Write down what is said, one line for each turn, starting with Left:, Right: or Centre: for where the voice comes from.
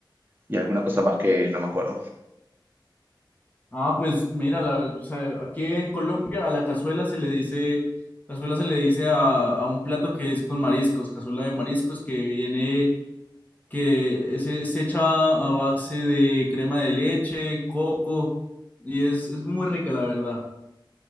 Right: y alguna cosa más que no me acuerdo.
Left: Ah, pues mira, la- o sea, aquí en Colombia a la cazuela se le dice, cazuela se le dice a, a un plato que es con mariscos, cazuela de mariscos que viene, que es, es hecha a base de crema de leche, coco, y es, es muy rica, la verdad.